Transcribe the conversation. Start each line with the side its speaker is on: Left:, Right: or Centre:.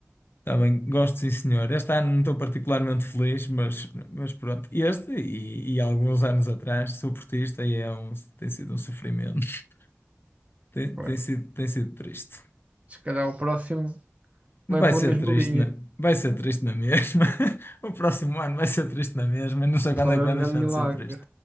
Left: Também gosto, sim, senhor. Este ano não estou particularmente feliz, mas, mas pronto. Este e, e alguns anos atrás, sou portista e é um, tem sido um sofrimento. <laughs> Tem,
Right: Pois.
Left: tem sido, tem sido triste.
Right: Se calhar o próximo vai
Left: Vai
Right: pela
Left: ser
Right: mesma
Left: triste,
Right: linha.
Left: na, vai ser triste na mesma. <laughs> O próximo ano vai ser triste na mesma. Eu Não sei
Right: Ou
Left: quando
Right: se houver
Left: é que vai
Right: um
Left: deixar
Right: grande milagre.
Left: de ser triste.